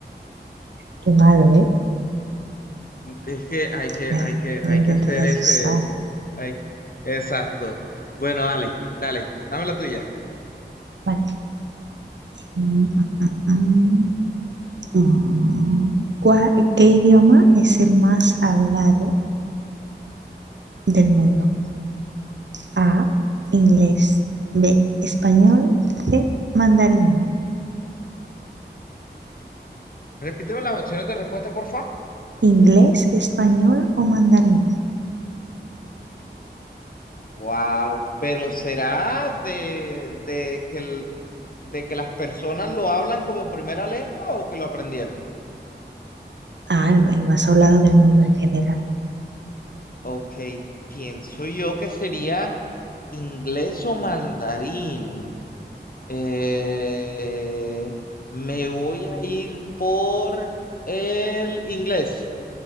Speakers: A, on the right; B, on the left.
A: Qué malo, ¿eh?
B: Es que hay que,
A: Me,
B: hay que,
A: me
B: hay
A: intentas
B: que hacer
A: asustar.
B: ese... hay- Exacto. Bueno, dale, dale, dame la tuya.
A: Vale. Mm, mm, mm, mm. ¿Cuá- ¿Qué idioma es el más hablado del mundo? A, inglés. B, español. C, mandarín.
B: Repíteme las opciones de respuesta, porfa.
A: ¿Inglés, español o mandarín?
B: Wow, pero será de, de que el- de que las personas lo hablan como primera lengua o que lo aprendieron.
A: Ah, el, el más hablado del mundo en general.
B: Ok, pienso yo que sería inglés o mandarín. Eh, me voy a ir por el inglés.